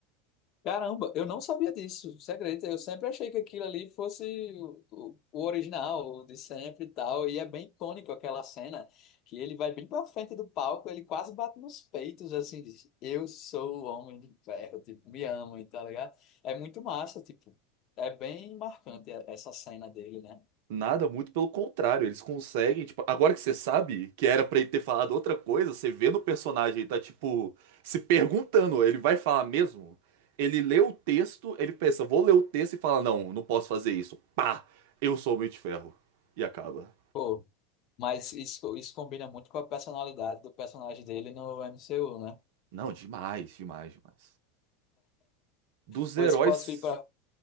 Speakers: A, on the left (about 50°); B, on the right (about 65°).
A: Caramba, eu não sabia disso, você acredita? Eu sempre achei que aquilo ali fosse o, o- o original, o de sempre e tal, e é bem icônico aquela cena que ele vai bem pra frente do palco, ele quase bate nos peitos, assim, diz, eu sou o Homem de Ferro, tipo, me amem, tá ligado? É muito massa, tipo, é bem marcante e- essa cena dele, né?
B: Nada, muito pelo contrário, eles conseguem, tipo, agora que você sabe que era pra ele ter falado outra coisa, você vê no personagem, ele tá, tipo, se perguntando, ele vai falar mesmo? Ele lê o texto, ele pensa, vou ler o texto e fala, não, não posso fazer isso, pá, eu sou o Homem de Ferro. E acaba.
A: Pô, mas isso, isso combina muito com a personalidade do personagem dele no MCU, né?
B: Não, demais, demais, demais. Dos
A: Pois
B: heróis,
A: posso ir pra...